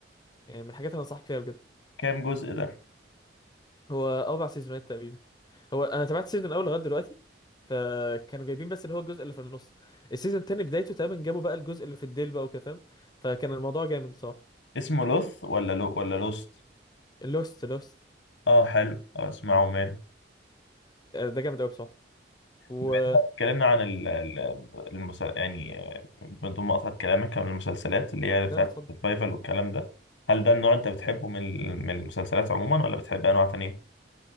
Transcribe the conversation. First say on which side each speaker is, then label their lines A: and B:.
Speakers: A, on the left; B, on the left.
A: يعني من الحاجات اللي انصحك فيها بجد
B: كام جزء ده
A: هو اربع سيزونات تقريبا هو انا تابعت سيزون الاول لغايه دلوقتي فكانوا جايبين بس اللي هو الجزء اللي في النص السيزون التاني بدايته تقريبا جابوا بقى الجزء اللي في الديل بقى وكده فاهم فكان الموضوع جامد بصراحه
B: اسمه لوث ولا لو ولا لوست
A: لوست لوست
B: اه حلو آه، اسمعه ماله
A: ده جامد قوي بصراحه و
B: بما إن إحنا اتكلمنا عن ال- ال- المسل... يعني آه، من ضمن مقاطعة كلامك عن المسلسلات اللي هي بتاعت
A: لا لا اتفضل
B: السرفايفل والكلام ده هل ده النوع انت بتحبه من ال- من المسلسلات عموما ولا بتحب انواع تانية؟